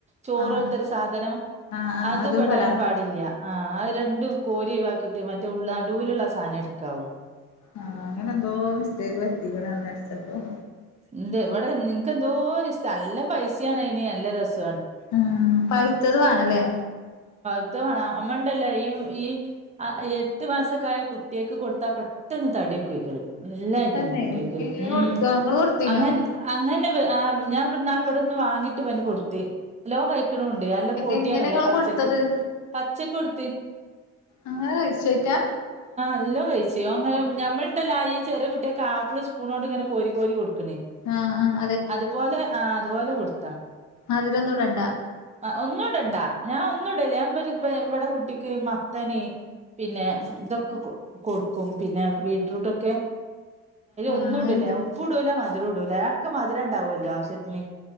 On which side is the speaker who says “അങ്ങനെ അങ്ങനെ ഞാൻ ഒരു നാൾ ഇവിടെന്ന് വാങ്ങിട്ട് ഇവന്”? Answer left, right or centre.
Right